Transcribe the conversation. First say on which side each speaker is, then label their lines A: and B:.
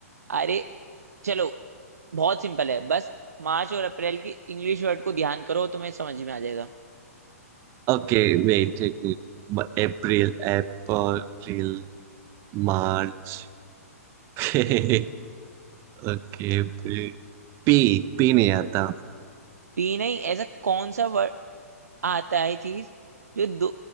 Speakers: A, on the right; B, on the right.
A: अरे चलो बहुत सिंपल है बस मार्च और अप्रैल की इंग्लिश वर्ड को ध्यान करो तुम्हें समझ में आ जाएगा
B: ओके वेट एक minute April April March Okay April P P <laughs> नहीं आता
A: पी नहीं ऐसा कौन सा वर्ड आता है चीज जो दो